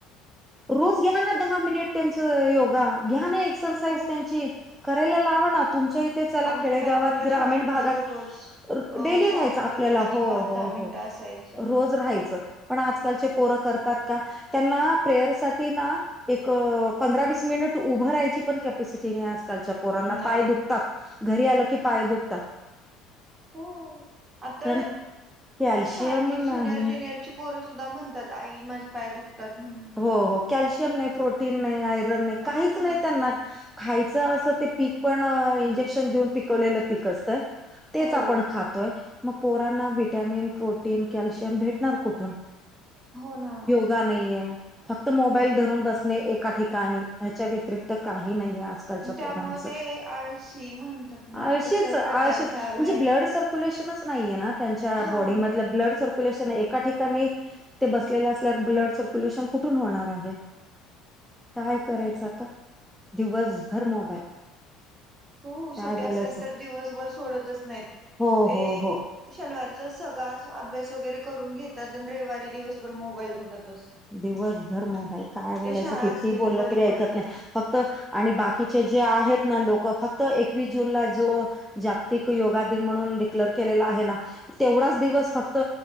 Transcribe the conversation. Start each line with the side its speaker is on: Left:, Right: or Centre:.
Centre: रोज घ्या ना दहा मिनिट त्यांच योगा घ्या ना एक्सरसाईज
Right: हो
Centre: त्यांची. करायला लावा ना तुमच्या इथे चला
Right: आमच्या
Centre: खेडेगावात
Right: टायमिंगला
Centre: ग्रामीण
Right: शाळेत
Centre: भागात.
Right: ना दररोज अ
Centre: डेली
Right: शाळा
Centre: राहायचं
Right: सुटायच्या
Centre: आपल्याला
Right: आधी
Centre: हो
Right: पाच
Centre: हो
Right: दहा मिनिटं
Centre: हो
Right: असायचं
Centre: रोज राहायचं. पण आजकालचे पोरं करतात का? त्यांना प्रेयरसाठीठी ना. एक पंधरा वीस मिनट उभं राहायची पण कॅपॅसिटी नाही आजकालच्या. पोरांना
Right: नाही
Centre: पाय दुखतात,
Right: नाही
Centre: घरी आलं की पाय दुखतात.
Right: हो आता
Centre: कारण कॅल्शियम
Right: शाळेतली सिनियर
Centre: नाही
Right: ज्युनियरची. पोरं सुद्धा म्हणतात आई माझं पाय दु खतात म्हणून.
Centre: हो हो कॅल्शियम नाही, प्रोटीन नाही, आयरन नाही, काहीच
Right: हा ना
Centre: नाही त्यांना. खायचं असं ते पीक पण इंजेक्शन देऊन पिकवलेलं पीक असतं तेच
Right: हो
Centre: आपण खात. तोय मग पोरांना व्हिटामिन, प्रोटीन, कॅल्शियम भेटणार कुठून?
Right: हो ना.
Centre: सुद्धा नाही आहे फक्त मोबाईल धरून बसणे एका ठिकाणी ह्याच्या व्यतिरिक्त काही नाहीे आज. आजकालच्या
Right: त्यामुळे
Centre: पोरांचं
Right: ते आळशी म्हणतात ना
Centre: आळशीच
Right: तसा
Centre: - आळशीच
Right: प्रकार झालाय
Centre: म्हणजे ब्लड सर. सर्क्युलेशनच नाही आहे ना त्यांच्या
Right: हा
Centre: बॉडीमधलं
Right: ना
Centre: ब्लड सर्कू. सर्क्युलेशन एका ठिकाणी ते बसलेले असल्यावर ब्लड सर्क्युलेशन कुठून होणार आहे? काय करायचं आता दिवसभर मोबाईल.
Right: हो
Centre: काय
Right: सुट्टी
Centre: बोलायचं
Right: असेल तर दिवसभर सोडतच नाहीत
Centre: हो
Right: ते.
Centre: हो हो
Right: शनिवारीचा सगळा अभ्यास वगैरे करून घेतात आणि रविवारी दिवसभर मोबाईल बघत बसतात.
Centre: दिवसभर मोबाईल काय बोलायचं
Right: ते शाळा
Centre: किती
Right: असलेली
Centre: बोललं
Right: बरी
Centre: तरी ऐकत
Right: पडते
Centre: नाही फक्त. आणि बाकीचे जे आहेत ना लोक फक्त एकवीस जूनला जो. जागतिक योगा दिन म्हणून डिक्लेअर केलेला आहे ना. तेवढाच दिवस फक्त